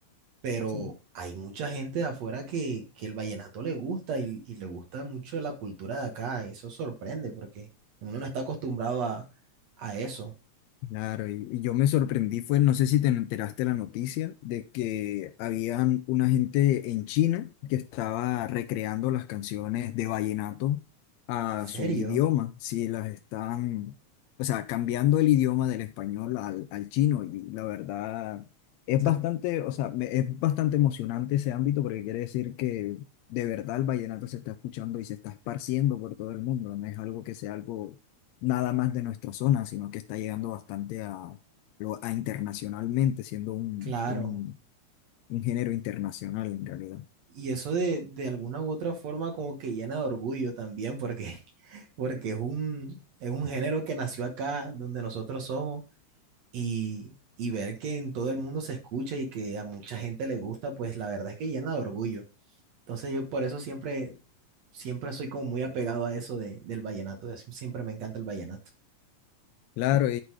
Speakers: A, on the right; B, on the left.
A: pero
B: sí.
A: hay mucha gente de afuera que, que el vallenato le gusta y, y le gusta mucho la cultura de acá. Eso sorprende porque uno no está acostumbrado a, a eso.
B: Claro, y, y yo me sorprendí fue, no sé si te enteraste la noticia de que habían una gente en China que estaba recreando las canciones de vallenato a
A: En serio.
B: su idioma, si las están, o sea, cambiando el idioma del español al, al chino y la verdad es
A: O sea,
B: bastante, o sea, me- es bastante emocionante ese ámbito porque quiere decir que de verdad el vallenato se está escuchando y se está esparciendo por todo el mundo, no es algo que sea algo nada más de nuestra zona, sino que está llegando bastante a, lo- a internacionalmente, siendo un,
A: claro.
B: un, un género internacional en realidad.
A: Y eso de, de alguna u otra forma como que llena de orgullo también, porque, <laughs> porque es un, es un género que nació acá, donde nosotros somos, y, y ver que en todo el mundo se escucha y que a mucha gente le gusta, pues la verdad es que llena de orgullo. Entonces yo por eso siempre, siempre soy como muy apegado a eso de, del vallenato, de- siempre me encanta el vallenato.
B: Claro,
A: Y
B: y,